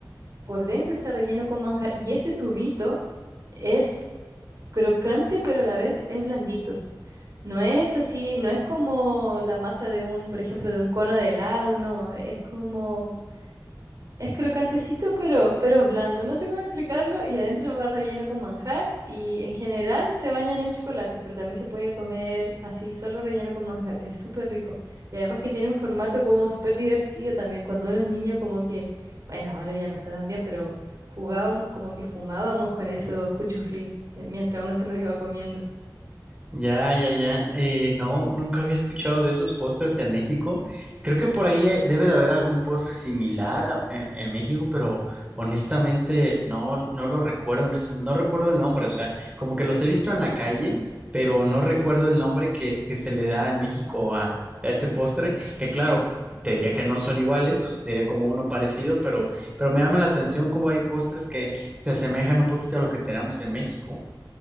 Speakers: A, on the right; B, on the right.
A: Por dentro está relleno con manjar y ese tubito es crocante, pero a la vez es blandito. No es así, no es como la masa de un, por ejemplo, de un cono de helado, no, es como, es crocantecito pero, pero blando, no sé cómo explicarlo, y adentro va relleno con manjar y en general se bañan en chocolates, pero también se puede comer así solo relleno con manjar, es súper rico. Y además que tiene un formato como súper divertido también, cuando uno es niño como que, bueno, ahora ya no está tan bien, pero jugábamos como que fumábamos con esos cuchuflí eh, mientras uno se los iba comiendo.
B: Ya, ya, ya. Eh, no, nunca había escuchado de esos postres en México. Creo que por ahí eh, debe de haber algún postre similar a- en, en México, pero honestamente no, no lo recuerdo en este momento. No recuerdo el nombre, o sea, como que los he visto en la calle, pero no recuerdo el nombre que, que se le da en México a, a ese postre, que claro, te diría que no son iguales, o sea, sería como uno parecido, pero, pero me llama la atención cómo hay postres que se asemejan un poquito a lo que tenemos en México.